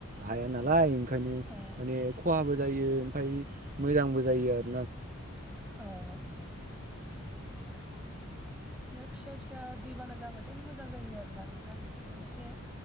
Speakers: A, on the right (about 40°); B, in the centre.
A: हाया नालाय ओंखायनो
B: औ
A: माने खहाबो जायो ओमफ्राय मोजांबो जायो आरो
B: औ बे फिसा फिसा दैबाना जाबाथाय मोजां जायो आरो ना नोंथां बिदिनो एसे